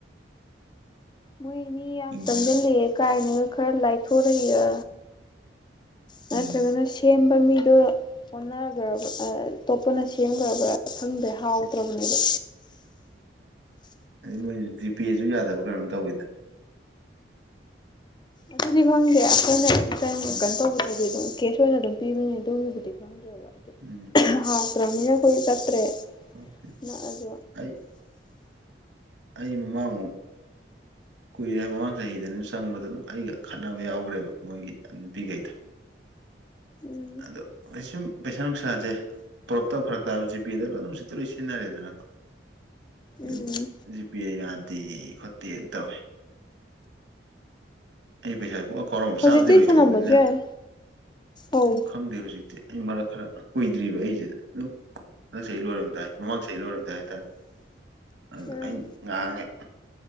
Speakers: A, on the left; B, on the right.
A: ꯃꯣꯏ ꯃꯤ ꯌꯥꯝ
B: ꯆꯤꯡꯁꯤ
A: ꯆꯪꯁꯤꯜꯂꯛꯑꯦ ꯀꯥꯏꯅꯒ ꯈꯔ ꯂꯥꯏꯊꯣꯔꯛꯏꯔ ꯅꯠꯇ꯭ꯔꯒꯅ
B: ꯎꯝ
A: ꯁꯦꯝꯕ ꯃꯤꯗꯣ ꯑꯣꯟꯅꯒ꯭ꯔꯕ ꯑꯇꯣꯞꯄꯅ ꯁꯦꯝꯈ꯭ꯔꯕ꯭ꯔꯥ ꯈꯪꯗ꯭ꯔꯦ ꯍꯥꯎꯇ꯭ꯔꯕꯅꯦꯕ
B: ꯑꯩ ꯃꯣꯏ ꯖꯤꯄꯦꯁꯨ ꯌꯥꯗꯕ ꯀꯔꯝ ꯇꯧꯋꯤꯗꯅ
A: ꯑꯗꯨꯗꯤ ꯈꯪꯗꯦ ꯑꯩꯈꯣꯏꯅꯇꯪ
B: ꯎꯝ
A: ꯀꯩꯅꯣ ꯇꯧꯕꯗꯗꯤ ꯑꯗꯨꯝ ꯀꯦꯁ ꯑꯣꯏꯅ ꯑꯗꯨꯝ ꯄꯤꯕꯅꯦ ꯑꯗꯨꯒꯤꯕꯨꯗꯤ ꯈꯪꯗꯦꯕ ꯑꯗꯨ
B: ꯎꯝ
A: ꯍꯥꯎꯇ꯭ꯔꯃꯤꯅ ꯑꯈꯣꯏꯖꯨ ꯆꯠꯇ꯭ꯔꯦ
B: ꯇꯧꯗꯦ
A: ꯅꯛꯑꯖꯨ
B: ꯑꯩ ꯑꯩ ꯃꯃꯥꯡꯃꯨꯛ ꯀꯨꯏꯔꯦ ꯃꯃꯥꯡ ꯆꯍꯤꯗꯅꯦ ꯆꯪꯕꯗꯣ ꯑꯗꯨꯝ ꯑꯩꯒ ꯈꯠꯅꯕ ꯌꯥꯎꯈ꯭ꯔꯦꯕ ꯃꯣꯏꯒꯤ ꯅꯨꯄꯤꯒꯩꯗꯣ
A: ꯎꯝ
B: ꯑꯗꯣ ꯑꯩꯁꯨꯝ ꯄꯩꯁꯥ ꯅꯨꯡꯁꯥꯥꯖꯦ ꯄꯣꯔꯛꯇꯧ ꯐꯔꯛꯇꯥꯕ ꯖꯤꯄꯦꯗ ꯂꯣꯏꯅ ꯍꯧꯖꯤꯛꯇꯤ ꯂꯣꯏ ꯁꯤꯖꯤꯟꯅꯔꯦꯗꯅꯀꯣ ꯑꯗꯨꯒꯤ
A: ꯎꯝ
B: ꯖꯤꯄꯦ ꯌꯥꯗꯦ ꯈꯣꯠꯇꯦꯅ ꯇꯧꯋꯦ ꯑꯩ ꯄꯩꯁꯥꯥꯖꯦ ꯄꯣꯛꯑ ꯀꯥꯎꯔꯝꯃꯕ
A: ꯍꯧꯖꯤꯛꯇꯤ
B: ꯆꯥꯕꯗꯤ ꯂꯣꯏꯊꯣꯛꯑꯕꯅꯤꯅ
A: ꯊꯅꯝꯕꯁꯨ ꯌꯥꯏ ꯑꯧ
B: ꯎꯝ ꯈꯪꯗꯦ ꯍꯧꯖꯤꯛꯇꯤ ꯑꯩ ꯃꯔꯛ ꯈꯔ ꯀꯨꯏꯗ꯭ꯔꯤꯕ ꯑꯩꯁꯦ ꯑꯗꯨꯝ ꯍꯟꯗꯛ ꯆꯍꯤ ꯂꯣꯏꯔꯝꯗꯥꯏ ꯃꯃꯥꯡ ꯆꯍꯤ ꯂꯣꯏꯔꯝꯗꯥꯏ ꯍꯥꯏꯇꯥꯔꯦ ꯑꯗꯨꯗ
A: ꯎꯝ
B: ꯑꯩ ꯉꯥꯡꯉꯦ